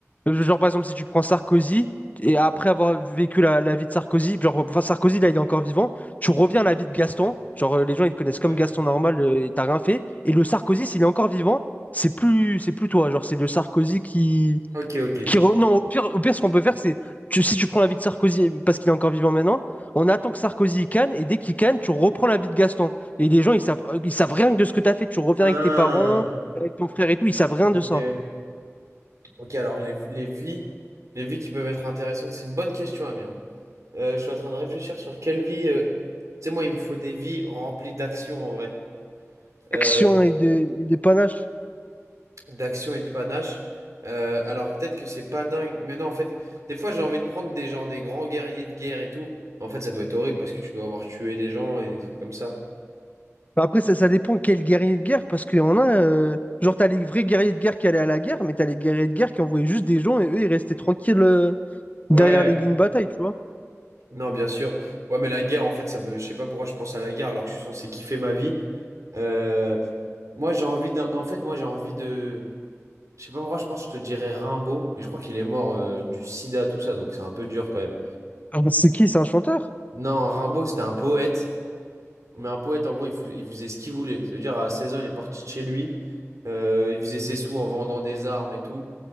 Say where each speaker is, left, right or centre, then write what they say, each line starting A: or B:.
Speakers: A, on the left; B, on the right.
A: Euh, Genre, par exemple, si tu prends Sarkozy, et après avoir vécu la, la vie de Sarkozy, genre, enfin, Sarkozy, là, il est encore vivant, tu reviens à la vie de Gaston, genre, euh, les gens, ils te connaissent comme
B: Ouais.
A: Gaston normal, euh, et t'as rien fait. Et le Sarkozy, s'il est encore vivant, c'est plus, c'est plus toi, genre, c'est le Sarkozy qui,
B: Ok, ok.
A: qui re- Non, au pire, au pire, ce qu'on peut faire, c'est, tu- si tu prends la vie de Sarkozy, parce qu'il est encore vivant maintenant, on attend que Sarkozy il canne, et dès qu'il canne, tu reprends la vie de Gaston. Et les gens, ils savent, euh, ils savent rien de ce que t'as fait, tu reviens
B: Ah,
A: avec tes parents, avec ton frère et tout, ils savent rien
B: ok.
A: de ça.
B: Ok, alors les, les vies, les vies qui peuvent être intéressantes, c'est une bonne question, Amir. Euh, je suis en train de réfléchir sur quelle vie. euh, Tu sais, moi, il me faut des vies remplies d'actions en vrai. euh,
A: Action et de, et de panache.
B: d'action et de panache. Euh, alors peut-être que c'est pas dingue, mais non, en fait, des fois j'ai envie de prendre des genres des grands guerriers de guerre et tout. Mais en fait, ça doit être horrible parce que tu dois avoir tué des gens et des trucs comme ça.
A: Bah Après, ça, ça dépend quel guerrier de guerre, parce qu'il y en a, euh, genre, t'as les vrais guerriers de guerre qui allaient à la guerre, mais t'as les guerriers de guerre qui envoyaient juste des gens et eux, ils restaient tranquilles euh,
B: Ouais,
A: derrière les lignes de bataille, tu vois.
B: non, bien sûr. Ouais, mais la guerre, en fait, ça me, je sais pas pourquoi je pense à la guerre alors que je suis censé kiffer ma vie. Euh, moi, j'ai envie d'un, en fait, moi, j'ai envie de, je sais pas pourquoi je pense, que je te dirais Rimbaud, mais je crois qu'il est mort euh, du sida, tout ça, donc c'est un peu dur quand même.
A: Ah, C'est qui? C'est un chanteur?
B: Non, Rimbaud, c'était un poète. Mais un poète, en gros, il, fou- il faisait ce qu'il voulait. Ça veut dire, à 16 ans, il est parti de chez lui. Euh, il faisait ses sous en vendant des armes et tout.